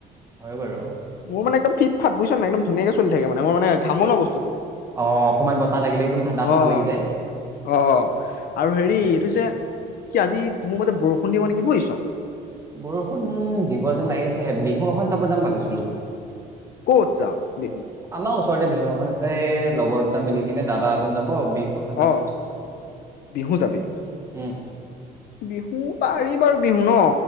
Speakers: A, on the right; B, on the left.
A: হয় বাৰু
B: মোৰ মানে একদম ফিট ফ বুছ ন একম ধুনীয়ৈ চল থাকে মান মোৰ মান ঘামনা ব্তুটো
A: অ অকমান বতাহ লাগিলে একদম ঠাণ্ডা ঠাণ্ডা
B: অ'
A: লাগি যায়
B: অ' আৰু হেৰি
A: সেইটোৱে
B: এইটো যে কি আজি মোৰ মতে বৰষুণ দিব নেকি বুজিছ?
A: বৰষুণ দিব যেন লাগিছে বিহুখন চাব যাম ভাবিছিলো।
B: ক'ত যাওঁ বিহু?
A: আমাৰ ওচৰতে বিহু এখন আছে এই লগৰ দুটা মিলি কিনে দাদা এজন যাব। বিহু এখন যাম
B: অ'
A: ভাবিছিলো
B: বিহু যাবি
A: উম
B: বিহু পাৰি বাৰু বিহু ন?